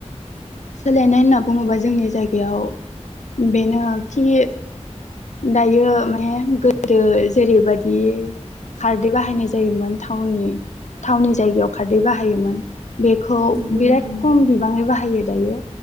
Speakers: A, on the left; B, on the right.
A: सोलायनाय होनना बुङोबा जोंनि जायगायाव बेनोखि दायो माने गोदो जेरैबायदि खारदै बाहायनाय जायोमोन थावनि थावनि जायगायाव खारदै बाहायोमोन। बेखौ
B: नंगौ
A: बिराद
B: नोंथां नंगौ
A: खम बिबाङै बाहायो दायो